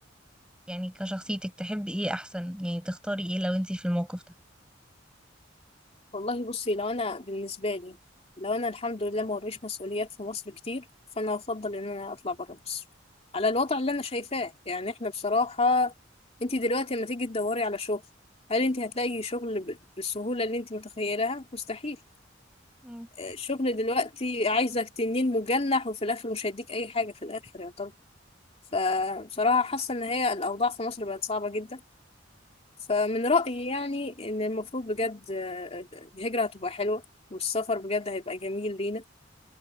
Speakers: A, in the centre; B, on the left.
A: يعني كشخصيتك تحبي ايه أحسن يعني تختاري ايه لو انتي في الموقف ده
B: والله بصي لو أنا بالنسبة لي لو أنا الحمد لله ما وريش مسؤوليات في مصر كتير فأنا أفضل إن أنا أطلع برا مصر على الوضع اللي أنا شايفاه يعني إحنا بصراحة أنت دلوقتي لما تيجي تدوري على شغل هل أنت هتلاقي شغل ب- بالسهولة اللي أنت متخيلها؟ مستحيل
A: مم.
B: الشغل دلوقتي عايزك تنين مجنح وفي الاخر مش هيديك اي حاجه في الاخر يا طب فبصراحه حاسه ان هي الاوضاع في مصر بقت صعبه جدا فمن رايي يعني ان المفروض بجد آه، الهجره هتبقى حلوه والسفر بجد هيبقى جميل لينا